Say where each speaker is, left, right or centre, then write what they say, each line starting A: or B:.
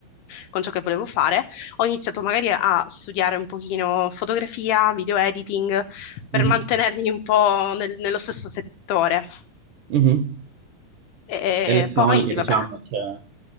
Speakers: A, on the left; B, on the right.
A: con ciò che volevo fare, ho iniziato magari a studiare un pochino fotografia, video editing, per
B: Mhm.
A: mantenermi un po' nel- nello stesso settore.
B: Mhm.
A: E
B: Elettronica,
A: poi,
B: diciamo,
A: vabbè,
B: cioè.